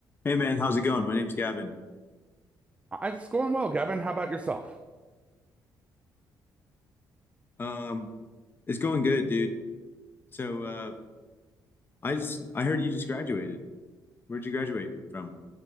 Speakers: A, on the left; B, on the right.
A: Hey man, how's it going? My name's Gavin.
B: I- It's going well, Gavin. How about yourself?
A: Um, it's going good, dude. So, uh, I just I heard you just graduated. Where'd you graduate from?